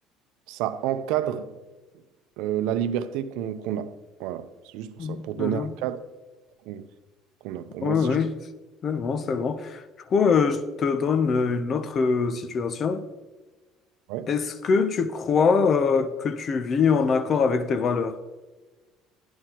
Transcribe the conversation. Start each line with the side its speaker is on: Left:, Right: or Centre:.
Right: ça encadre euh, la liberté qu'on qu'on a. Voilà, c'est juste pour
Left: Mhm.
Right: ça, pour
Left: Mhm.
Right: donner un cadre qu'on qu'on a. Pour
Left: Oui,
Right: moi,
Left: oui,
Right: si je te...
Left: c'est bon, c'est bon. Du coup, euh, je te donne euh, une autre euh, situation.
Right: Ouais.
Left: Est-ce que tu crois euh, que tu vis en accord avec tes valeurs?